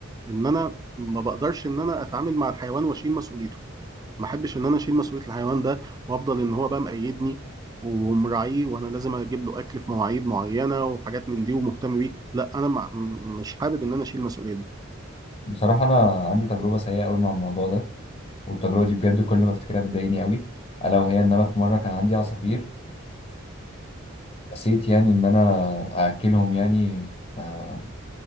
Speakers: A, on the right; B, on the left.
A: ان انا ما بقدرش ان انا اتعامل مع الحيوان واشيل مسؤوليته ما احبش ان انا اشيل مسؤوليه الحيوان ده وافضل ان هو بقى مقيدني ومراعيه وانا لازم اجيب له اكل في مواعيد معينه وحاجات من دي ومهتم بيه لا انا ما مش حابب ان انا اشيل المسؤوليه دي
B: بصراحه انا عندي تجربه سيئه قوي مع الموضوع ده والتجربه دي بجد كل ما افتكرها بتضايقني قوي الا وهي ان انا في مره كان عندي عصافير نسيت يعني ان انا اكلهم يعني آه،